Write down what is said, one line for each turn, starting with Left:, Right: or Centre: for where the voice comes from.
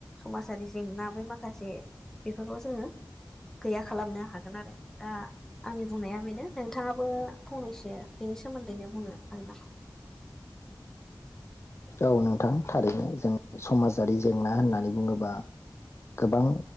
Centre: समाजारि जेंना बै माखासे बेफोरखौ जोङो गैया खालामनो हागोन आरो दा आंनि बुंनाया बेनो नोंथाङाबो फंनैसो बेनि सोमोन्दैनो बुंनो हागोन नामा
Left: औ नोंथां थारैनो जों समाजारि जेंना होननानै बुङोबा गोबां